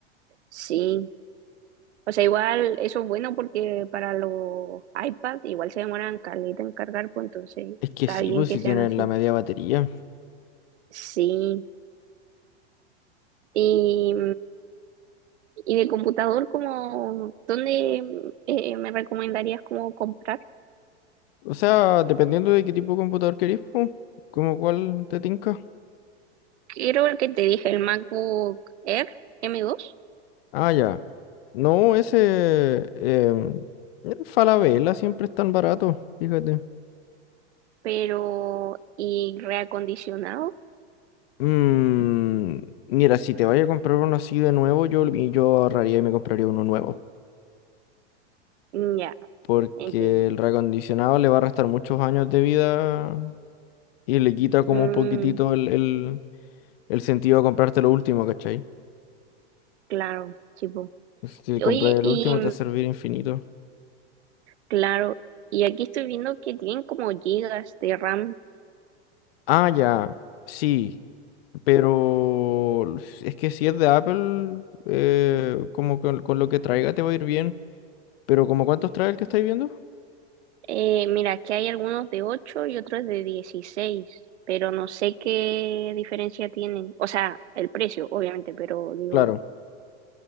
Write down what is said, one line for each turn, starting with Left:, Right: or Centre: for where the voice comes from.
Right: Sí, O sea, igual eso es bueno porque para los iPad igual se demoran caleta en cargar, pues entonces
Left: Es que
Right: está
Left: sí,
Right: bien
Left: pues
Right: que
Left: si
Right: sean
Left: tienen
Right: así.
Left: la media batería.
Right: Sí. Y, y de computador, como, ¿dónde eh, me recomendarías como comprar?
Left: O sea, dependiendo de qué tipo de computador querés, pues, como cuál te tinca.
Right: Quiero el que te dije, el MacBook Air M2,
Left: Ah, ya. No, ese. em, el Falabella siempre es tan barato, fíjate.
Right: pero y reacondicionado.
Left: Mm, mira, si te vaya a comprar uno así de nuevo, yo, yo ahorraría y me compraría uno nuevo.
Right: Mm, Ya,
Left: Porque
Right: entiendo.
Left: el reacondicionado le va a restar muchos años de vida y le quita como
Right: Mm,
Left: un poquitito el, el, el sentido a comprarte lo último, ¿cachai?
Right: claro, tipo.
Left: Si
Right: Oye,
Left: compras el
Right: y
Left: último te va a servir infinito.
Right: Claro, y aquí estoy viendo que tienen como gigas de RAM.
Left: Ah, ya, sí, pero es que si es de Apple, eh, como con, con lo que traiga te va a ir bien, pero como cuántos trae el que estáis viendo?
Right: Eh, mira, que hay algunos de 8 y otros de 16, pero no sé qué diferencia tienen. O sea, el precio, obviamente, pero digo,
Left: Claro,